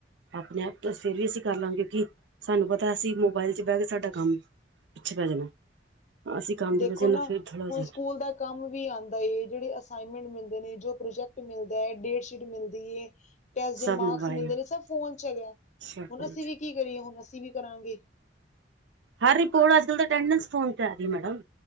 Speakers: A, on the right; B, on the left.
A: ਆਪਣੇ ਆਪ ਤਾਂ ਫਿਰ ਵੀ ਅਸੀਂ ਕਰ ਲਵਾਂਗੇ ਕਿਉਂਕਿ ਸਾਨੂੰ ਪਤਾ ਅਸੀਂ ਮੋਬਾਇਲ ਚ ਬਹਿ ਕੇ ਸਾਡਾ ਕੰਮ ਪਿੱਛੇ ਪੈ ਜਾਣਾ ਅਸੀਂ ਕੰਮ
B: ਦੇਖੋ
A: ਦੀ ਵਜ੍ਹਾ ਨਾ ਫੇਰ ਥੋੜਾ
B: ਹੁਣ
A: ਜਾਣਾ
B: ਸਕੂਲ ਦਾ ਕੰਮ ਵੀ ਆਉਂਦਾ ਏ ਜਿਹੜੇ ਅਸਾਈਨਮੈਂਟ ਮਿਲਦੇ ਨੇ ਜੋ ਪ੍ਰੋਜੈਕਟ ਮਿਲਦਾ ਹੈ ਡੇਟ ਸ਼ੀਟ ਮਿਲਦੀ ਹੈ। ਟੈਸਟ ਦੇ
A: ਸਭ
B: ਮਾਰਕਸ
A: ਮੋਬਾਇਲ
B: ਮਿਲਦੇ ਸਭ ਫੋਨ ਚ ਹੈਗੇ
A: ਸਭ
B: ਹੁਣ
A: ਫੋਨ
B: ਅਸੀਂ
A: 'ਚ
B: ਵੀ ਕੀ ਕਰੀਏ ਹੁਣ ਅਸੀਂ ਵੀ ਕਰਾਂਗੇ
A: ਹਰ ਰਿਪੋਰਟ ਅੱਜ ਕੱਲ ਅਟੈਂਡੈਂਸ ਫੋਨ ਤੇ ਆ ਰਹੀ ਹੈ ਮੈਡਮ